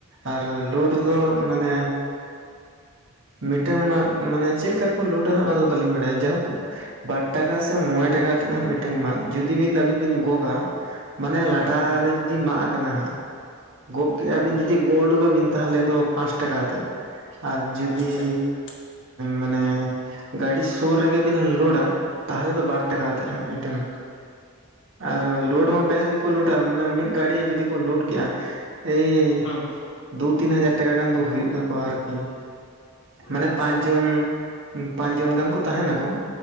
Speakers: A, on the right (about 60°); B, on the left (about 55°).
A: ᱟᱨ ᱞᱳᱰ
B: ᱦᱮᱸ
A: ᱫᱚ ᱢᱟᱱᱮ ᱢᱤᱫᱴᱟᱝᱟ ᱢᱟᱫ ᱢᱟᱱᱮ ᱪᱮᱫᱞᱮᱠᱟ ᱞᱚᱰ ᱟᱦᱟᱸᱜ ᱚᱱᱟ ᱫᱚ ᱵᱟᱹᱞᱤᱧ ᱵᱟᱲᱟᱭᱟ ᱡᱟᱦᱩᱠ- ᱵᱟᱨ ᱴᱟᱠᱟ ᱥᱮ ᱢᱚᱬᱮ ᱴᱟᱠᱟ ᱠᱟᱛᱮᱫ ᱦᱟᱸᱜ ᱢᱤᱫᱴᱟᱝ ᱢᱟᱫ ᱡᱩᱫᱤ ᱵᱤᱱ ᱟᱹᱵᱤᱱ ᱵᱤᱱ ᱜᱚᱜᱟ ᱢᱟᱱᱮ ᱞᱟᱴᱟᱨᱮ
B: ᱦᱩᱸ ᱦᱩᱸ
A: ᱡᱩᱫᱤ ᱢᱟᱜ ᱟᱠᱟᱱᱟ ᱦᱟᱸᱜ ᱜᱚᱜ ᱠᱮᱜᱼᱟ
B: ᱦᱮᱸ
A: ᱵᱤᱱ ᱡᱩᱫᱤ ᱜᱚ ᱩᱰᱩᱠᱟᱵᱤᱱ ᱛᱟᱦᱚᱞᱮ ᱫᱚ ᱯᱟᱸᱪ ᱴᱟᱠᱟ ᱠᱟᱛᱮᱫ ᱟᱨ ᱡᱩᱫᱤ
B: ᱟᱪᱪᱷᱟ ᱟᱪᱪᱷᱟ
A: ᱢᱟᱱᱮ ᱜᱟᱹᱰᱤ ᱥᱩᱨ ᱨᱮᱜᱮ ᱵᱤᱱ ᱞᱳᱰᱟ, ᱛᱟᱦᱚᱞᱮ ᱫᱚ ᱵᱟᱨ
B: ᱦᱩᱸ
A: ᱴᱟᱠᱟ
B: ᱦᱩᱸ
A: ᱠᱟᱛᱮᱫ ᱦᱟᱸᱜ ᱢᱤᱫᱴᱟᱝ ᱟᱨ ᱞᱳᱰ ᱦᱚᱸ ᱵᱮᱥ ᱠᱚ ᱞᱚᱰᱟ ᱢᱟᱱᱮ ᱢᱤᱫ ᱜᱟᱹᱲᱤ ᱡᱩᱫᱤ ᱠᱚ ᱞᱩᱴ ᱠᱮᱜᱼᱟ ᱮᱭ
B: ᱦᱩᱸ
A: ᱫᱩ ᱛᱤᱱ ᱦᱟᱡᱟᱨ ᱴᱟᱠᱟ ᱜᱟᱱ ᱫᱚ ᱦᱩᱭᱩᱜ ᱛᱟᱠᱚᱣᱟ ᱟᱨᱠᱤ, ᱢᱟᱱᱮ
B: ᱟᱪᱪᱷᱟ
A: ᱯᱟᱸᱪ ᱡᱚᱱ ᱯᱟᱸᱪ ᱡᱚᱱ ᱜᱟᱱ ᱠᱚ ᱛᱟᱦᱮᱸ ᱱᱟᱠᱚ᱾